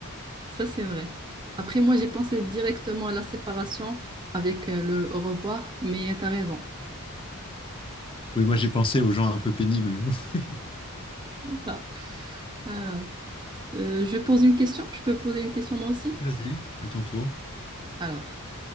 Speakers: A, on the right (about 20°); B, on the left (about 25°).
A: Ça, c'est vrai. Après, moi, j'ai pensé directement à la séparation avec euh, le au revoir, mais t'as raison.
B: Oui, moi j'ai pensé aux gens un peu pénibles. <laughs>
A: C'est Ça. Alors, euh, je pose une question. Je peux poser une question moi aussi?
B: Oui. À ton tour.
A: Alors,